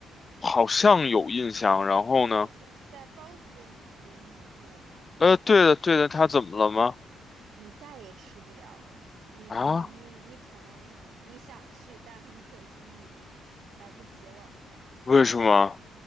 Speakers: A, on the left; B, on the right.
A: 好像有印象，然后呢？
B: 但是是在包子店旁边，你还记得吗？
A: 呃，对的对的，他怎么了吗？
B: 你再也吃不了了，你你你你可能你想去，
A: 啊？
B: 但很可惜你来不及了。
A: 为什么？